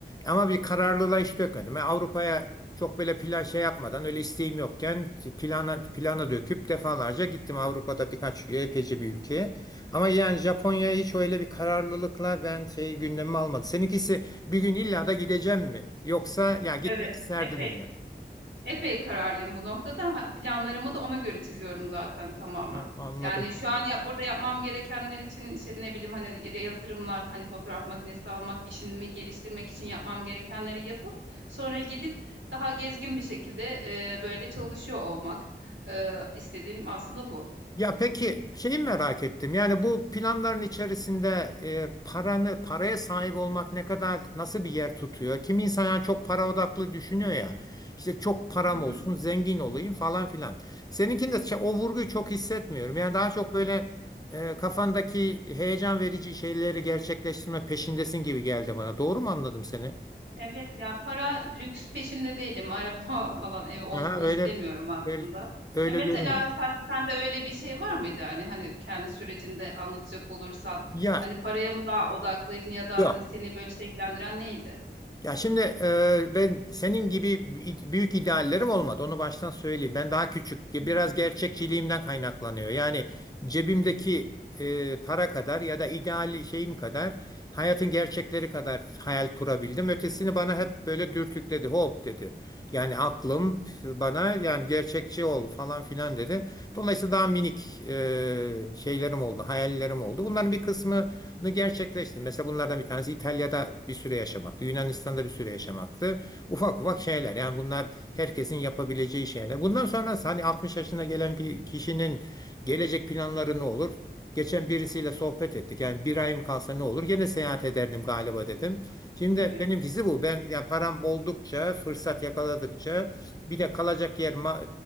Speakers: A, on the left (about 20°); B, on the right (about 90°).
A: Ama bir kararlılığa hiç dökmedim. Yani Avrupa'ya çok böyle plan şey yapmadan öyle isteğim yokken plana plana döküp defalarca gittim Avrupa'da birkaç epeyce bir ülkeye. Ama yani Japonya'ya hiç öyle bir kararlılıkla ben şey gündemime almadım. Seninkisi bir gün illa da gideceğim mi? Yoksa ya gitmek
B: Evet,
A: isterdim
B: epey
A: mi?
B: Epey kararlıyım bu noktada. Ha, planlarımı da ona göre çiziyorum zaten tamamen.
A: Ya, anladım.
B: Yani şu an ya, burada yapmam gerekenler için işte ne bileyim hani ya- yatırımlar hani fotoğraf makinesi almak, işimi geliştirmek için yapmam gerekenleri yapıp sonra gidip daha gezgin bir şekilde e, böyle çalışıyor olmak. E, istediğim aslında bu.
A: Ya peki şeyi merak ettim. Yani bu planların içerisinde e, paranı paraya sahip olmak ne kadar nasıl bir yer tutuyor? Kim insan yani çok para odaklı düşünüyor ya. İşte çok param
B: Hı hı.
A: olsun, zengin olayım falan filan. Seninkinde ça- o vurguyu çok hissetmiyorum. Yani daha çok böyle e, kafandaki heyecan verici şeyleri gerçekleştirme peşindesin gibi geldi bana. Doğru mu anladım seni?
B: Evet ya para lüks peşinde değilim. Araba <laughs> falan ev olsun
A: Aha
B: istemiyorum
A: öyle
B: aslında.
A: öyle, öyle
B: Ya mesela
A: görünüyor.
B: sen sende öyle bir şey var mıydı yani hani kendi sürecinde anlatacak olursan
A: Ya
B: hani paraya mı daha odaklıydın ya da
A: yok.
B: hani seni böyle şekillendiren neydi?
A: Ya şimdi e, ben senin gibi bi- büyük ideallerim olmadı. Onu baştan söyleyeyim. Ben daha küçük, biraz
B: Hı hı.
A: gerçekçiliğimden kaynaklanıyor. Yani cebimdeki e, para kadar ya da ideal şeyim kadar, hayatın gerçekleri kadar hayal kurabildim. Ötesini bana hep böyle dürtükledi, hop dedi. Yani aklım bana yani gerçekçi ol falan filan dedi. Dolayısıyla daha minik e, şeylerim oldu, hayallerim oldu. Bunların bir kısmı gerçekleştirdim. Mesela bunlardan bir tanesi İtalya'da bir süre yaşamaktı. Yunanistan'da bir süre yaşamaktı. Ufak
B: Hı
A: ufak
B: hı.
A: şeyler. Yani bunlar herkesin yapabileceği şeyler. Bundan sonrası hani 60 yaşına gelen bir kişinin gelecek planları ne olur? Geçen birisiyle sohbet ettik. Yani bir ayım kalsa ne olur? Gene seyahat ederdim galiba dedim. Şimdi
B: Evet,
A: benimkisi bu. Ben yani param oldukça, fırsat yakaladıkça bir de kalacak yer ma-